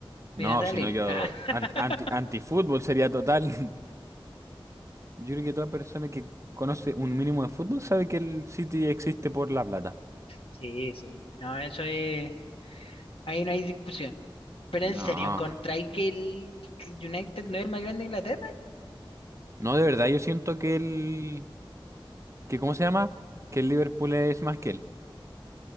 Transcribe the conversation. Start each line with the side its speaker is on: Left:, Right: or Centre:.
Left: me
Right: No,
Left: iba a salir.
Right: si no yo...
Left: <laughs>
Right: ant- anti, antifútbol sería total. <laughs> Yo creo que toda persona que conoce un mínimo de fútbol sabe que el City existe por la plata.
Left: Sí, sí. No, eso es. Ahí no hay discusión. Pero
Right: No.
Left: en serio, ¿encontráis que el, que el United no es el más grande de Inglaterra?
Right: No, de verdad, yo siento que el... que ¿cómo se llama? Que el Liverpool es más que él.